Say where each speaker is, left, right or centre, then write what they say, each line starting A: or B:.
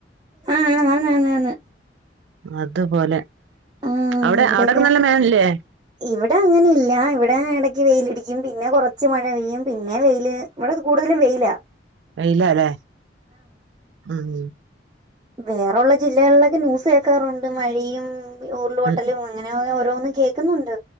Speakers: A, on the right (about 25°); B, on the right (about 80°).
A: ആഹ് ആഹ് ആന്ന് ആന്ന് ആന്ന്.
B: അതു പോലെ.
A: ആഹ്
B: അവ്ടെ
A: ഇവിടെയൊക്കെ
B: അവ്ടൊക്കെ നല്ല മഴല്ലേ?
A: ഇവിടെ അങ്ങനെ ഇല്ലാ. ഇവിടെ എടക്ക് വെയിലടിയ്ക്കും, പിന്നെ കൊറച്ച് മഴ പെയ്യും, പിന്നെ വെയില് ഇവടെ കൂടുതലും വെയിലാ.
B: വെയിലാ ലേ? ഉം
A: വേറെ ഉള്ള ജില്ലകളിലൊക്കെ ന്യൂസ് കേക്കാറുണ്ട് മഴയും ഇപ്പം ഈ ഉരുള് പൊ
B: ഉം
A: ട്ടലും ഇങ്ങനെയ ഓരോന്നും കേൾക്കുന്നുണ്ട്